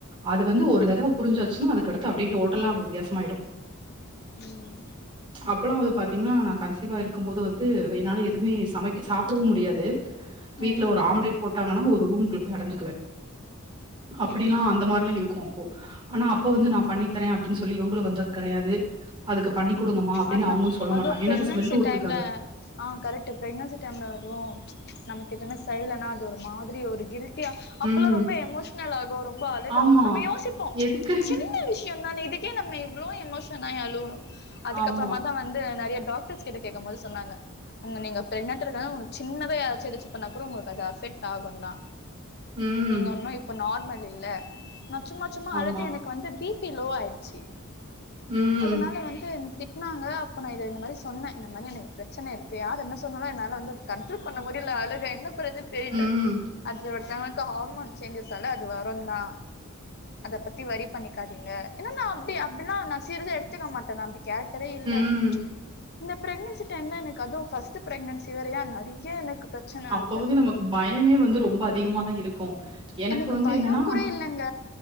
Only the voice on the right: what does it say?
அது வந்து ஒரு தடவ புரிஞ்சாச்சுன்னா அதுக்கடுத்து அப்டியே டோட்டல்லா வித்யாசமாய்டு
அப்பல்லா வந்து பாத்தீங்ன்னா நா கன்சீவா இருக்கும் போது வந்து என்னால எதுமே சமைக் சாப்டவு முடியாது. வீட்ல
ஒரு ஆம்லெட் போட்டாங்கன்னா ஒரு ரூம் குள்ள போய் அடஞ்சுக்குவே அப்டில்லா
அந்த மாரிலா இருக்கு அப்போ ஆனா அப்ப
வந்து நா ஏ அப்டின் சொல்லி இவங்களு வந்தத் கெடையாது அதுக்கு பண்ணி குடுங்கம்மா அப்டின்னு
அவங்களும் சொல்ல
மாட்டாங்க ஏன்னா
அது ஸ்மெல்லு ஒத்துக்காது
ம்
ஆமா
எதுக்கு
ஆமா
ம்
ஆமா
ம்
ம்
ம்
அப்ப
வந்து நமக்கு பயமே வந்து ரொம்ப அதிகமா தான் இருக்கும்.
வந்து
என்னன்னா